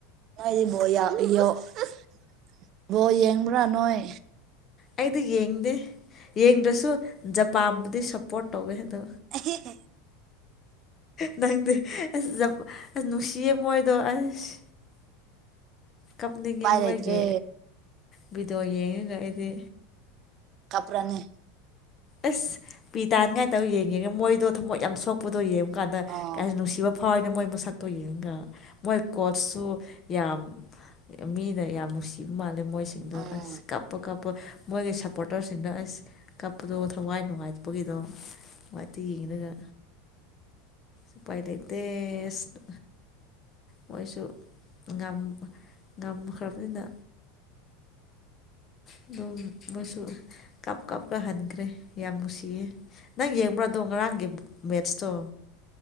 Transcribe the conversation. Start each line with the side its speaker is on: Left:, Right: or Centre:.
Right: <unintelligible> ꯕꯣꯜ ꯌꯦꯡꯕ꯭ꯔꯥ ꯅꯣꯏ꯫
Left: ꯑꯩꯗꯤ ꯌꯦꯡꯗꯦ ꯌꯦꯡꯗ꯭ꯔꯁꯨ ꯖꯄꯥꯝꯕꯨꯗꯤ ꯁꯞꯄꯣꯔꯠ ꯇꯧꯋꯦ ꯑꯗꯣ
Right: ꯑꯍꯦ-ꯍꯦ꯫
Left: ꯅꯪꯗꯤ ꯑꯁ-ꯖꯞ-ꯑꯁ ꯅꯨꯡꯁꯤꯌꯦ ꯃꯣꯏꯗꯣ ꯑꯁ꯫ ꯀꯞꯅꯤꯡꯉꯤ
Right: ꯎꯄꯥꯏ
Left: ꯃꯣꯏꯒꯤ
Right: ꯂꯩꯇ꯭ꯔꯦ
Left: ꯚꯤꯗꯣ ꯌꯦꯡꯉꯒ ꯑꯩꯗꯤ꯫
Right: <unintelligible>
Left: ꯑꯁ ꯄꯤ ꯇꯥꯅꯤ ꯀꯥꯏꯅ ꯇꯧ ꯌꯦꯡꯉꯦ ꯃꯣꯏꯗꯣ ꯊꯃꯣꯏ ꯌꯥꯝ ꯁꯣꯛꯄꯗꯣ ꯌꯦꯡꯕꯨ ꯀꯥꯟꯗ
Right: ꯑꯣ
Left: ꯀꯥꯏꯁꯨ ꯅꯨꯡꯁꯤꯕ ꯐꯥꯎꯑꯅꯦ ꯃꯣꯏ ꯃꯁꯛꯇꯨ ꯌꯦꯡꯉꯒ ꯃꯣꯏ ꯀꯣꯠꯁꯨ ꯌꯥꯝ ꯃꯤꯅ ꯌꯥꯝ ꯅꯨꯡꯁꯤ꯫ ꯀꯤꯕ ꯃꯥꯜꯂꯦ ꯃꯣꯏꯁꯤꯡꯗꯣ
Right: ꯎꯝ
Left: ꯑꯁ ꯀꯥꯞꯄ-ꯀꯥꯞꯄ ꯃꯣꯏꯒꯤ ꯁꯞꯄꯣꯔꯇꯔꯁꯤꯡꯗꯣ ꯑꯁ ꯀꯞꯄꯗꯣ ꯊꯋꯥꯏ ꯅꯨꯡꯉꯥꯏꯇꯄꯒꯤ ꯑꯗꯣꯝ ꯅꯨꯡꯉꯥꯏꯇ ꯌꯦꯡꯉꯒ ꯎꯄꯥꯏ ꯂꯩꯇꯦ ꯑꯁ꯫ ꯃꯣꯏꯁꯨ ꯉꯝ-ꯉꯝꯈ꯭ꯔꯕꯅꯤꯅ꯫ ꯑꯗꯨꯝ ꯃꯣꯏꯁꯨ ꯀꯞ-ꯀꯞꯀ ꯍꯟꯈ꯭ꯔꯦ ꯌꯥꯝ ꯅꯨꯡꯁꯤꯌꯦ, ꯅꯪ ꯌꯦꯡꯕ꯭ꯔꯥꯗꯣ ꯉꯔꯥꯡꯒꯤ ꯃꯦꯠꯁꯇꯣ?